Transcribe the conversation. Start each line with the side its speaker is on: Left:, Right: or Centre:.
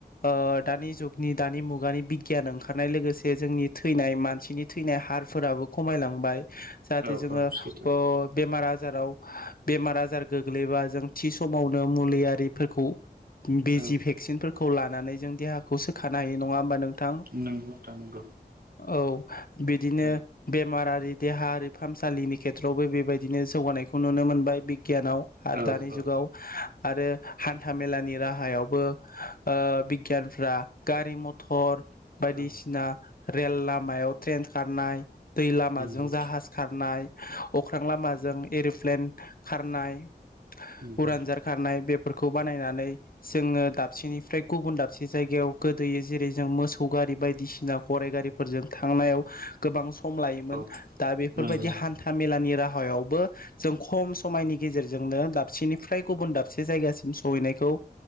Left: ओ दानि जुगनि दानि मुगानि बिगगियान ओंखारनाय लोगोसे जोंनि थैनाय मानसिनि थैनाय हारफोराबो खमायलांबाय जाहाथे
Right: औ
Left: जोङो
Right: औ सैथो
Left: ओ बेमार आजाराव बेमार आजार गो ग्लैबा जों थि समावनो मुलियारिफोरखौ बे
Right: औ
Left: जि भेक्सिनफोरखौ खौ लानानै जों देहाखौ सोखानो हायो नङा होमबा नों थां
Right: नंगौ नोंथां नंगौ
Left: औ बिदिनो
Right: औ
Left: बेमार आरि देहा बे फाहामसालिनि खेथ्रआवबो बेबायदिनो जौगानायखौ नुनो मोनबाय बिगियानाव। आरो
Right: औ
Left: दानि
Right: औ
Left: जुगाव आरो हान्था मेलानि राहायावबो ओ बिगियानफ्रा ओ गारि मथर बायदिसिना
Right: औ
Left: रेल लामायाव ट्रेन खारनाय। दै लामाजों
Right: नंगौ
Left: जाहाज खारनाय अख्रां लामाजों एरप्लेन खारनाय
Right: नंगौ
Left: उरनजार
Right: नोंथां
Left: खारनाय बे फोरखौ बानायनानै। जोङो दाबसेनिफ्राय गुबुन दाबसे। मोनसे जायगायाव गोदोयो जेरै जों मोसौ गारि बायदिसिना गराइ गारिफोरजों थांनायाव गोबां सम। सम लायोमोन
Right: औ
Left: दा बेफोरबायदि
Right: नंगौ नंगौ
Left: हान्था मेलानि राहायावबो जों। खम समायनि गेजेरजों। जोंनो दाबसेनिफ्राय गुबुन दाबसे जायगासिम सहैनायखौ।